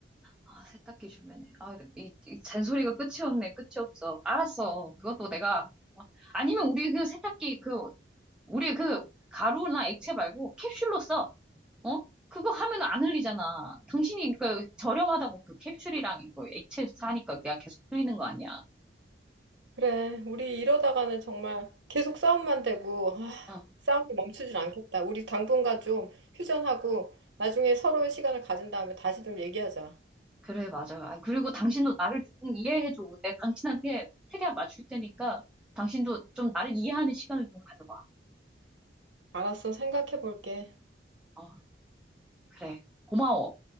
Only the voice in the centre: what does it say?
아, 세탁기 주면은. 아, 이, 이 잔소리가 끝이 없네. 끝이 없어. 알았어. 그것도 내가. 아니면 우리 그 세탁기 그, 우리 그 가루나 액체 말고 캡슐로 써. 어? 그거 하면 안 흘리잖아. 당신이 그 저렴하다고 그 캡슐이랑 이거 액체 사니까 내가 계속 흘리는 거 아니야.
어.
그래, 맞아. 아, 그리고 당신도 나를 조금 이해해줘. 내가 당신한테 최대한 맞출 테니까 당신도 좀 나를 이해하는 시간을 좀 가져봐.
어, 그래. 고마워.